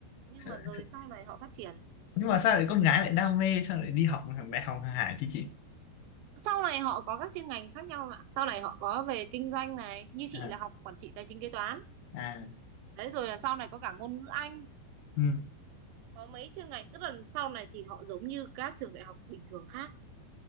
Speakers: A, on the right; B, on the left.
A: nhưng
B: Sợ-
A: mà rồi
B: sợ-
A: sau này họ phát triển
B: nhưng mà sao lại con gái lại đam mê sao lại đi học đại học hàng Hải thì chị
A: sau này họ có các chuyên ngành khác nhau em ạ sau này họ có về kinh doanh này như chị
B: à,
A: là học quản trị tài chính kế toán
B: à
A: đấy rồi là sau này có cả ngôn ngữ Anh
B: ừ
A: có mấy chuyên ngành tức là sau này thì họ giống như các trường đại học bình thường khác